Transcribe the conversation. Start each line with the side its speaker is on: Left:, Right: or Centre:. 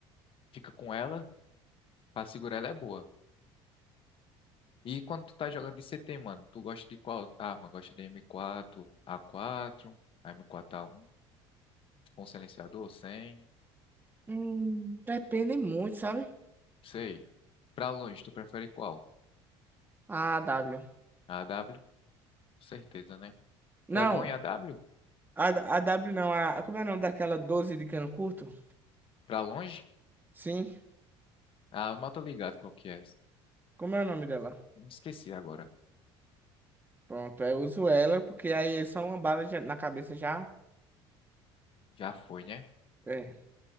Left: fica com ela pra segurar ela é boa. E quando tu tá jogando de c CT, mano, tu gosta de qual arma? Gosta de M4, A4, M4A1, com silenciador, sem,
Right: Hum, depende muito, sabe?
Left: sei. Pra longe, tu prefere qual?
Right: A W
Left: A AW? Com certeza, né?
Right: Não,
Left: Tu é bom em AW?
Right: a a W não, a, como é o nome daquela 12 de cano curto?
Left: Pra longe?
Right: Sim,
Left: Ah, eu mal tô ligado qual que é.
Right: como é o nome dela?
Left: Me esqueci agora.
Right: Pronto, eu uso ela, porque aí é só uma bala já- na cabeça já.
Left: Já foi, né?
Right: É.